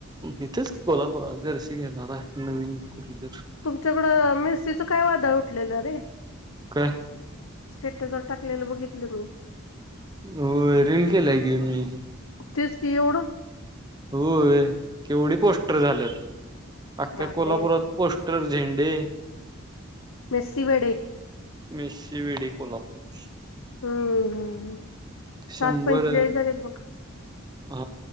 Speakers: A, on the right (about 20°); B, on the left (about 80°).
A: इथेच गोलापात जरे स घे नाारा नवीन कुली
B: तुमच्याकडं मिरसचं काय वादळ उठलेलं रे
A: का
B: स्टेटस वर टाकलेलं बघितलं मी
A: हो रीलल केला गे मी
B: तेचकी होढ
A: होय केवढी पोस्टर झालेत अख्ख्या
B: बापरे
A: कोल्हापुरात पोस्ट क्र झेंडे
B: मेस्सी वेडे
A: मेस वेडी कोल्हापूर
B: हम्म हम् सात
A: शंभर
B: पंचेचाळीस हार आहेत मघ
A: हा